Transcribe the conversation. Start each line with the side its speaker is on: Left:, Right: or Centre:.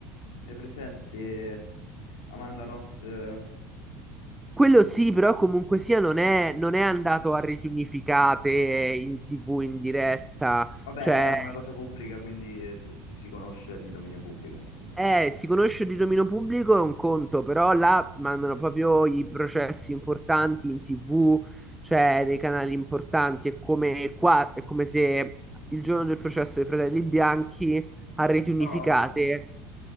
Left: è presente Amanda Knox? eh,
Centre: Quello
Left: no. no,
Centre: sì, però comunque sia non è, non
Left: no.
Centre: è andato a reti unificate in TV in diretta,
Left: Vabbè,
Centre: cioè
Left: era una cosa pubblica, quindi eh, si, si si conosce è di dominio pubblico, insomma.
Centre: Eh, si conosce di dominio pubblico è un conto, però là mandano proprio i processi importanti in TV, cioè nei canali importanti. È come qua, è come se il giorno del processo dei Fratelli Bianchi a reti
Left: No,
Centre: unificate